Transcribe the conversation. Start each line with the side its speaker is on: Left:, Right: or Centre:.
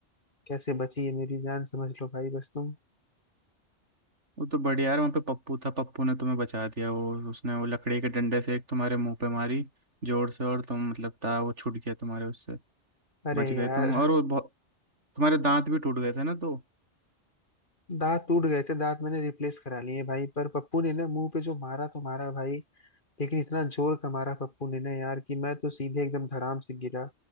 Left: कैसे बची है मेरी जान समझ लो भाई बस तुम
Right: वो तो बढ़िया यार वहाँ पे पप्पू था पप्पू ने तुम्हें बचा दिया वो उसने वो लकड़ी के डंडे से एक तुम्हारे मुंह पे मारी जोर से और तुम मतलब था वो छूट गया तुम्हारे उससे
Left: अरे
Right: बच गए
Left: यार
Right: तुम और वो बहुत तुम्हारे दांत भी टूट गए थे ना तो
Left: दांत टूट गए थे दांत मैंने रिप्लेस करा लिए भाई पर पप्पू ने ना मुंह पे जो मारा तो मारा भाई लेकिन इतना जोर का मारा पप्पू ने ना यार कि मैं तो सीधे एकदम धड़ाम से गिरा